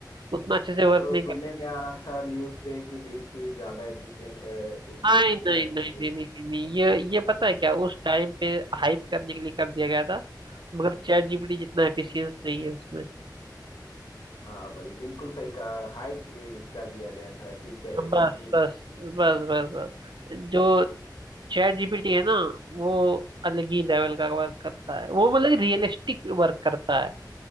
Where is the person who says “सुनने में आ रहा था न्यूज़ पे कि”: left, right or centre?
Left